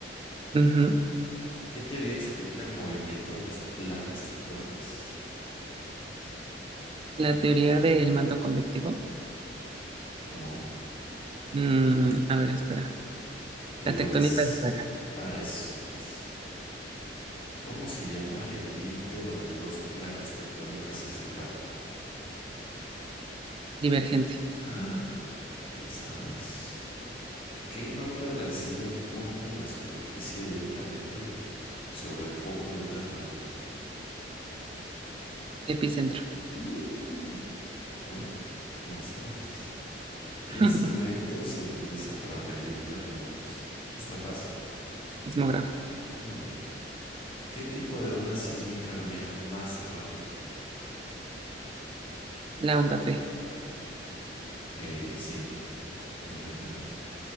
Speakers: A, on the right (about 30°); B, on the left (about 30°).
A: Ujú.
B: ¿Qué teoría explica el movimiento de las placas tectónicas?
A: La teoría del manto convectivo.
B: No,
A: Mm, a ver, espera.
B: te
A: La
B: digo
A: tectónica
B: las...
A: de placas.
B: Ah, es, es. ¿Cómo se llama el límite donde dos placas tectónicas se separan?
A: Divergencia.
B: Ah, <gasps> si le sabes. ¿Qué nombre recibe el punto en la superficie directamente sobre el foco de un terremoto?
A: Epicentro.
B: Mm. Hoy, ¿cómo le sabes? ¿Qué instrumento
A: <laughs>
B: se utiliza para medir terremotos? Está fácil.
A: Sismógrafo.
B: Hmm. ¿Qué tipo de onda sísmica viaja más rápido?
A: La onda P.
B: Ok, sí, muy buena, ¿eh?